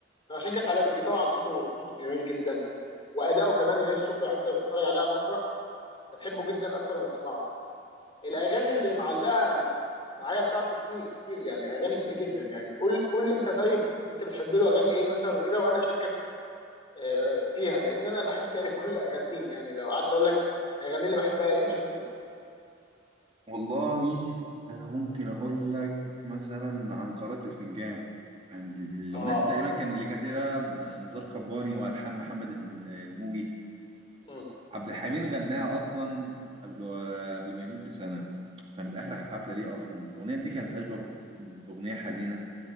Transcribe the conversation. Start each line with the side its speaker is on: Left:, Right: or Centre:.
Left: فعشان كده اتعلقت بيه طبعا صوته صوت جميل جدا واداؤه كمان غير صوته يعني انت لو بتتفرج عليه على المسرح هتحبه جدا اكتر ما تسمعه الاغاني اللي معلقه معايا بتاعته كتير كتير يعني اغاني كتير جدا يعني قول قول لي انت طيب انت بتحب له اغاني ايه مثلا وكده وانا اشاركك آه، فيها لان انا بحب تقريبا <laughs> كل اغانيه يعني لو قعدت اقول لك اغاني اللي بحبها ايه مش هنخلص
Right: والله انا ممكن اقول لك مثلا عن قارئة الفنجان يعني الاغنيه
Left: اه
Right: دي تقريبا كان اللي كاتبها نزار قباني والحان محمد الم- الموجي
Left: امم
Right: عبد الحميد غناها اصلا قبل قبل ما يموت بسنه كانت اخر حفله ليه اصلا الاغنيه دي كانت اشبه بقص- باغنيه حزينه